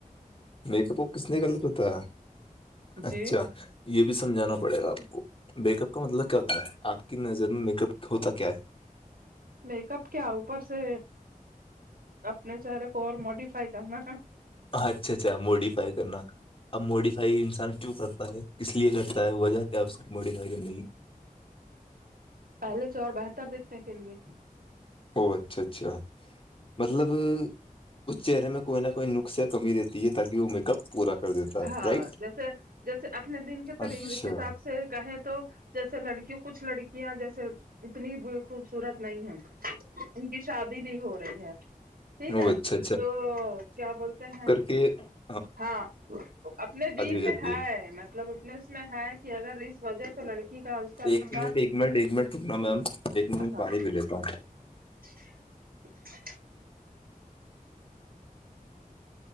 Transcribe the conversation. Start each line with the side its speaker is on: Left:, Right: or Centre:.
Left: میک اپ کس نے غلط ہوتا ہے
Right: جی
Left: اچھا یہ بھی سمجھانا پڑے گا آپ کو میک اپ کا مطلب کیا ہوتا ہے آپ کی نظر میں میک اپ ہوتا کیا ہے
Right: میک اپ کیا اوپر سے اپنے چہرے کو اور موڈیفائی کرنا ہے
Left: اچھا اچھا موڈیفائی کرنا اب موڈیفائی انسان کیوں کرتا ہے اس لیے کرتا ہے وجہ کیا اک موڈیف ہے کہ نہیں
Right: پہلے سے اور بہتر دیکھنے کے لیے
Left: او اچھا اچھا مطلب اس چہرے میں کوئی نہ کوئی نک یا کمی رہتی ہے تاکہ وہ میک اپ پورا کر دیتا ہے
Right: ہاں
Left: رائٹ
Right: جیسے جیسے اپنے دن کےری
Left: اچھا
Right: حساب سے کہیں تو جیسے لڑکی کچھ لڑکیاں جیسے اتنی خوبصورت نہیں ہے ان کی شادی بھی ہو رہی ہے ٹھیک
Left: او
Right: ہے
Left: اچھا
Right: تو کیا بولتے ہیں
Left: کہ
Right: ہاں اپنے دین
Left: جاتی
Right: میں ہے مطلب میں ہے کہ اگر اس وجہ سے لڑکی کا اس کا
Left: ایک
Right: رشتہ
Left: منٹ ایک منٹ ایک منٹ رکنا میم ایک منٹ میں
Right: ہاں
Left: پانی پی لیتا ہوں
Right: <inaudible>